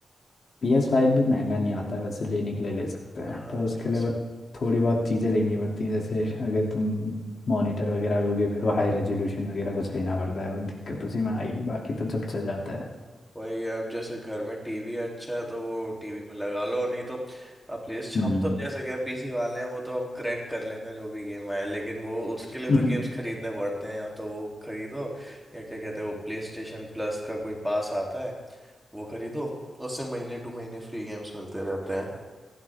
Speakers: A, on the left (about 55°); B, in the centre.
A: पी एस फाइव भी महंगा नहीं आता है वैसे लेने के लिए ले सकते हैं
B: हाँ
A: पर उसके
B: पीएस
A: लिए बस थोड़ी बहुत चीज़ें लेनी पड़ती है जैसे अगर तुम मॉनिटर वगैरह लोगे फिर वो हाई रेजोल्यूशन वगैरह कुछ लेना पड़ता है वो दिक्कत उसी में आएगी बाकी तो सब चल जाता है
B: वही अब जैसे घर में टीवी अच्छा है तो वो टीवी में लगा लो नहीं तो अब प्ले
A: हम्म
B: हम तो जैसे क्या पीसी वाले हैं वो तो हम क्रैक कर लेते हैं जो भी गेम आए लेकिन वो उसके लिए
A: <laughs>
B: तो गेम्स खरीदने पड़ते हैं या तो वो खरीदो या क्या कहते हैं वो प्ले स्टेशन प्लस का कोई पास आता है वो खरीदो उससे महीने टू महीने फ्री गेम्स मिलते रहते हैं